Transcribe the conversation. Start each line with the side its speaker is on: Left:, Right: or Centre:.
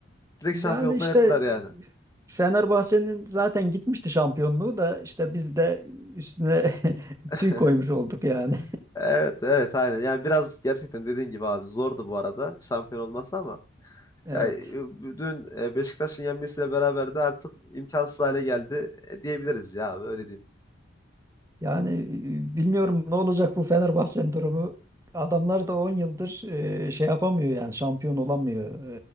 Left: Direkt
Right: Yani
Left: şampiyonluktan
Right: işte
Left: ettiler
Right: e,
Left: yani.
Right: Fenerbahçe'nin zaten gitmişti şampiyonluğu da işte biz de üstüne <laughs>
Left: <laughs>
Right: tüy koymuş olduk yani.
Left: Evet evet aynen. Yani biraz gerçekten dediğin gibi abi zordu bu arada şampiyon olması ama
Right: <laughs> Evet.
Left: yani e, dün e, Beşiktaş'ın yenmesiyle beraber de artık imkansız hale geldi e, diyebiliriz ya abi öyle diyeyim.
Right: Yani e, bilmiyorum ne olacak bu Fenerbahçe'nin durumu. Adamlar da 10 yıldır e, şey yapamıyor yani şampiyon olamıyor.